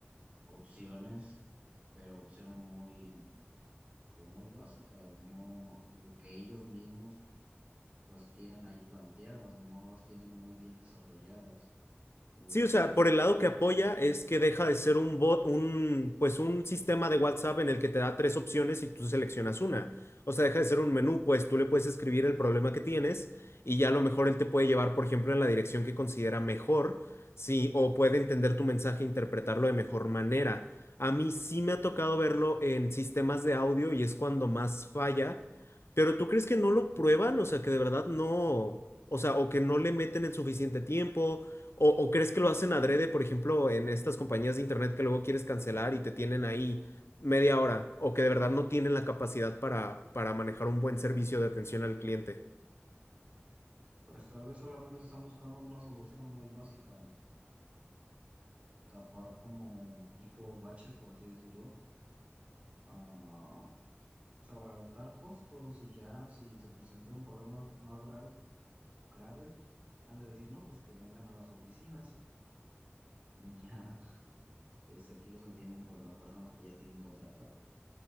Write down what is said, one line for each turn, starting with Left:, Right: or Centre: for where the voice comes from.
Right: opciones, pero opciones muy, pues, muy básicas, no, o que ellos mismos pues tienen ahí planteadas, no las tienen muy bien desarrolladas, o
Left: Sí, o sea,
Right: muy-
Left: por el lado que apoya es que deja de ser un bot, un, pues un sistema de WhatsApp en el que te da tres opciones y tú seleccionas una. O sea, deja de ser un menú, pues tú le puedes escribir el problema que tienes y ya a lo mejor él te puede llevar, por ejemplo, en la dirección que considera mejor, sí, o puede entender tu mensaje e interpretarlo de mejor manera. A mí sí me ha tocado verlo en sistemas de audio y es cuando más falla, pero ¿tú crees que no lo prueban? O sea, que de verdad no, o sea, o que no le meten el suficiente tiempo. ¿O, o crees que lo hacen adrede, por ejemplo, en estas compañías de internet que luego quieres cancelar y te tienen ahí media hora, o que de verdad no tienen la capacidad para, para manejar un buen servicio de atención al cliente?
Right: pues tal vez solamente están buscando una solución muy básica tapar como tipo baches, por así decirlo, a pues, abaratar costos y ya si se presentan problemas más gra- graves, han de decir, no, pues que vengan a las oficinas y ya <laughs> es, aquí los atienden pues las personas que ya tienen contratados.